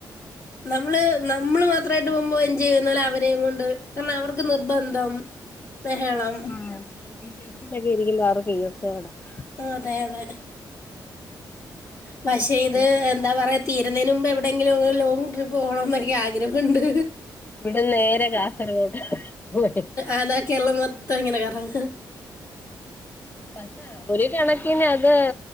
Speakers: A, on the left; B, on the left.
A: നമ്മള് നമ്മള് മാത്രമായിട്ട് പോകുമ്പോ എൻജോ ചെയ്യുന്ന പോലെ അവരെയും കൊണ്ട് കാരണം അവർക്ക് നിർബന്ധം ബഹളം
B: ആഹ് ഇരിക്കല്ലാരും <unintelligible>
A: അതെ അതെ പക്ഷെ ഇത്
B: പോ
A: എന്താ പറയാ തീരുന്നതിന് മുമ്പ് എവിടെയെങ്കിലും ലോങ് ട്രിപ്പ് പോകണം പോണന്നൊക്കെ ആഗ്രഹമുണ്ട്
B: ഇവിട ന്ന് നേരെ കാസർഗോഡ് പോയി
A: അതാ കേരളം മൊത്തം ഇങ്ങനെ കറ ങ്ങ
B: പക്ഷേ ഒരു കണക്കിന് പിന്നെ അത്